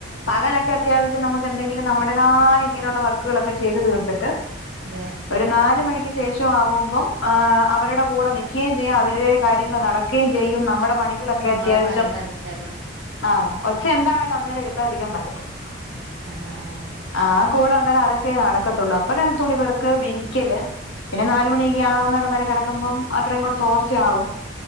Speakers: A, on the left (about 80°); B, on the right (about 65°).
A: പകലൊക്കെ അത്യാവശ്യം നമുക്ക് എന്തെങ്കിലും നമ്മടേതായ ഇങ്ങനെയുള്ള വർക്കുകളൊക്കെ ചെയ്ത് തീർത്തിട്ട്
B: അതെ
A: ഒരു നാല് മണിക്ക് ശേഷം ആകുമ്പം ആഹ് അവരുടെ കൂടെ നിൽക്കുകയും ചെയ്യ അവരുടെ കാര്യങ്ങൾ നടക്കുകയും ചെയ്യും നമ്മുടെ പണികളൊക്കെ
B: നമ്മളെ
A: അത്യാവശ്യം
B: പണി നടക്കല്ലോ
A: ആഹ് ഒച്ച എന്താണേലും അന്നേരം എടുക്കാതിരിക്കാൻ പറ്റത്തില്ല
B: ആഹ് ആഹ്
A: ആഹ് കൂടെ അന്നേരം അതൊക്കെ നടക്കത്തുള്ളൂ അപ്പോ തുണി പെർക്കല് വിരിക്കല് പിന്നെ നാലുമണി <unintelligible> അന്നേരം കിടക്കുമ്പം അത്രയും കൂടെ തോർച്ചയാകും